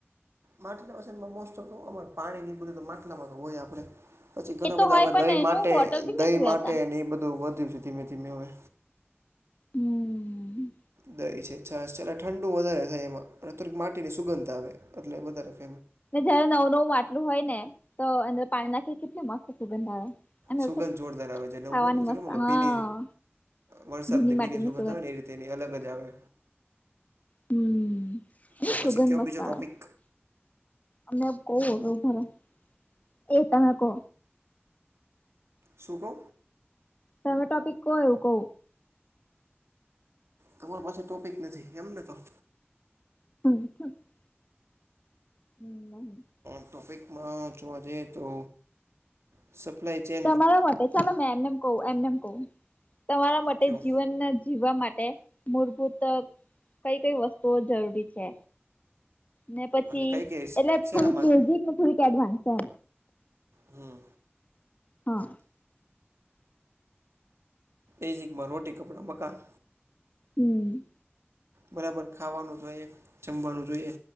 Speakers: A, on the right; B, on the left.
A: માટલા વસનમાં મોસ્ટ ઓફ અમા પાણી બધું તો માટલામાં તો હોય આપડે. પછી ઘણા
B: એ તો
A: બધા
B: હોય
A: હવે
B: પણ
A: દહીં
B: એનું
A: માટે
B: બોટલ બી મેં
A: દહીં
B: જોયા
A: માટે
B: તા
A: અને એ બધું વધ્યું છે ધીમે ધીમે હવે.
B: હમ્મ.
A: દય છે છાસ છે ઠંડુ વધારે થાય એમાં થોડીક માટી ની સુગંધ આવે એટલે વધારે- -
B: જયારે નવું નવું માટલું હોય ને તો અંદર પાણી નાખી કેટલી મસ્ત સુગંધ આવે. અને
A: સુગંધ
B: એવું થાય
A: જોરદાર આવે છે અનેને
B: ખાવાની
A: હું બ
B: મસ્ત
A: કે મતલ
B: હા
A: પીની વરસાદની
B: ભીની માટીની
A: પીની સુગંધ આવે ને એ રીતે. તેની અલગ જ આવે.
B: હમ્મ
A: તો
B: સુગંધ
A: પછી કયો
B: મસ્ત
A: બીજો ટોપિક
B: આવે. અને <unintelligible> એ તમે કહો.
A: શુ‌ કો?
B: ફ ટોપિક ક કો એવું કવું.
A: તમારો પાસે ટોપિક નથી એમને તો-
B: <unintelligible> <inaudible>
A: ટોપિકમાં જોવા જઈએ તો. સપ્લાય છે.
B: તમારા માટે ચાલો મેં એમનેમ કહું એમનેમ કહું તમારા માટે
A: કયો
B: જીવન જીવવા માટે મૂળભૂત કઈ કઈ વસ્તુઓ જરૂરી છે. ને પછી
A: એટલે કઈ કઈ
B: એટલે
A: શેના
B: થોડીક
A: માટે
B: બેઝિક ને થોડીક એડવાન્સ એમ.
A: હમ
B: હ
A: એજમાં રોટી કપડાં મકાન
B: હમ્મ
A: બરાબર ખાવાનું જોઈએ જમવાનું જોઈએ